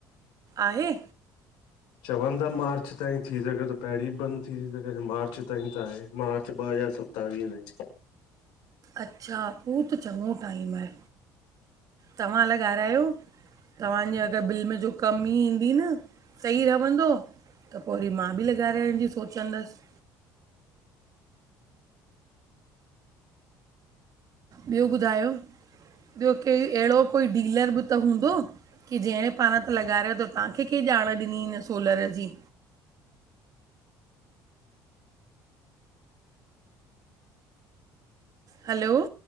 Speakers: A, on the right (about 45°); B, on the left (about 80°).
A: आहे।
B: चवंन था मार्च ताईं थी सघे तो, पहिरीं बंदि थी सघे तो मार्च ताईं त आहे मार्च ॿ हज़ार स सतावींअ ताईं।
A: अच्छा पो त चङो टाइम आहे तव्हां लॻाराहियो। तव्हांजे अगरि बिल में जो कम ई ईंदी न सही रव्हंदो त पो वरी मां बि लॻारांइण जी सोचंदसि। ॿियो ॿुधायो, ॿियो के अहिड़ो कोई डीलर बि त हूंदो? की जंहिड़े पण त लॻारायो त तव्हांखे केंहि ॼाण ॾिनी हिन सोलर जी? हलो